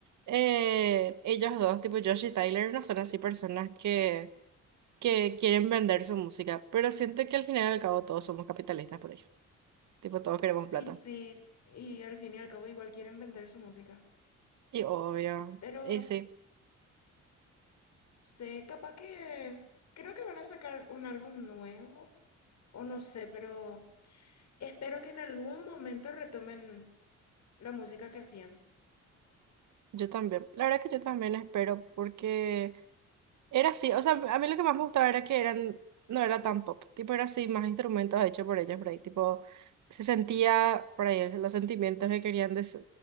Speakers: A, on the right; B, on the left.
A: eh, ellos dos, tipo Josh y Tyler, no son así personas que, que quieren vender su música. Pero siento que al final y al cabo todos somos capitalistas por ello. Tipo, todos queremos plata.
B: Y sí, y al fin y al cabo igual quieren vender su música.
A: Y obvio,
B: Pero
A: y sí,
B: sé, capaz que creo que van a sacar un álbum nuevo, o no sé, pero espero que en algún momento retomen la música que hacían.
A: yo también. La verdad que yo también espero porque era así, o sea, a mí lo que más me gustaba era que eran, no era tan pop, tipo era así, más instrumentos hechos por ellos por ahí, tipo se sentía por ahí los sentimientos que querían des-